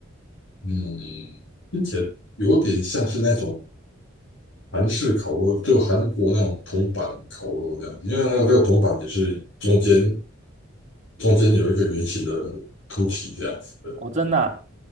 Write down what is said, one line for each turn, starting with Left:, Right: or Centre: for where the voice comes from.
Left: 嗯，听起来有点像是那种韩式烤肉，就韩国那种铜板烤肉这样子，因为那个铜板也是中间中间有一个圆形的凸起这样子。
Right: 哦，真的啊